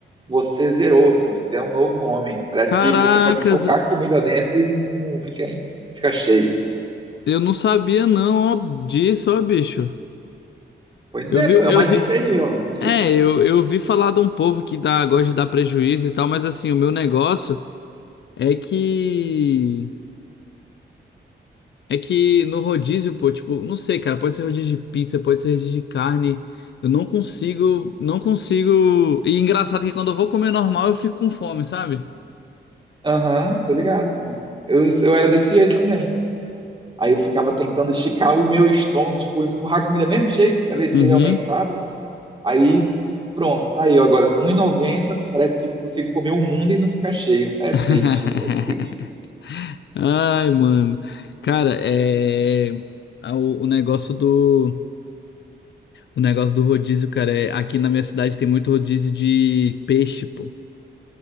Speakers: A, on the right; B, on the left.
A: você zerou, filho. Você é um novo homem. Parece
B: Caracas,
A: que você pode socar comida dentro e não, não fica, fica cheio.
B: eu não sabia não, ó, disso, ó, bicho.
A: Pois
B: Eu
A: é,
B: vi,
A: pô, é
B: eu
A: uma
B: vi.
A: dica aí, ó, uma dica.
B: É, eu, eu vi falar de um povo que dá, gosta de dar prejuízo e tal, mas assim, o meu negócio é que. É que no rodízio, pô, tipo, não sei, cara, pode ser rodízio de pizza, pode ser rodízio de carne. Eu não consigo, não consigo. E engraçado que quando eu vou comer normal, eu fico com fome, sabe?
A: Aham, tô ligado, pô. Eu, eu era desse jeito também. Aí eu ficava tentando esticar o meu estômago, tipo, empurrar a comida mesmo cheio, pra ver se
B: Uhum.
A: ele aumentava. Aí, pronto, tá aí, ó, agora com um e noventa, parece que consigo comer o mundo e não ficar cheio. É
B: <laughs>
A: triste, olha, é triste.
B: Ai, mano. Cara, é. a- O, o negócio do. O negócio do rodízio, cara, é. Aqui na minha cidade tem muito rodízio de peixe, pô.